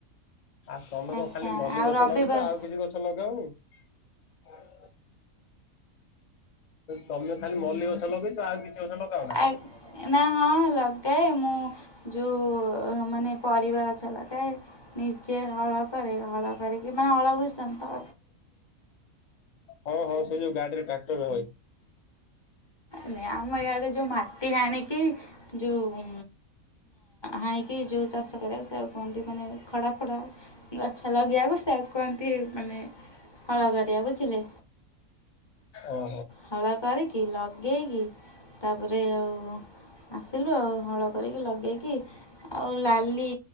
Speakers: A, on the left (about 65°); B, on the left (about 25°).
A: ଆଉ ତମେ
B: ଆଜ୍ଞା
A: କଣ ଖାଲି ମଲ୍ଲି
B: ଆଉ
A: ଗଛ
B: ରବିବାର
A: ଲଗେଇଛ ଆଉ କିଛି ଗଛ ଲଗାଅନି? ଆ <inaudible> ତମେ ଖାଲି ମଲ୍ଲି ଗଛ ଲଗେଇଛ, ଆଉ କିଛି ଗଛ ଲଗାଅନା?
B: ଆ- ନା ହଁ ଲଗାଏ ମୁଁ ଯେଉଁ ମାନେ ପରିବା ଗଛ ଲଗାଏ। ଯେ ହଳ କରେ ହଳ କରିକିନା ହଳ ବୁଝୁଛନ୍ତି।
A: ହଁ ହଁ ସେ ଯୋଉ ଗାଡିରେ ଟ୍ରାକ୍ଟର ହୁଏ।
B: ନ ଆମ ଇଆଡେ ଯଉ ମା ମାଟି ହାଣିକି ଯୋଉ ହାଣିକି ଯୋଉ ଚାଷ କରିବାକୁ ସେକୁ କୁହନ୍ତି ମାନେ ଖଡ଼ା ଫଡ଼ା ଗଛ ଲଗେଇବାକୁ ସେକୁ କୁହନ୍ତି ମାନେ ହଳ କରିବା ବୁଝିଲେ।
A: ଓହୋ। ଓହୋ ଓହୋ।
B: ହଳକରିକି ଲଗେଇକି ତାପରେ ଆଉ ଆସିଲୁ ଆଉ ହଳ କରିକି ଲଗେଇକି ଆଉ ଲାଲି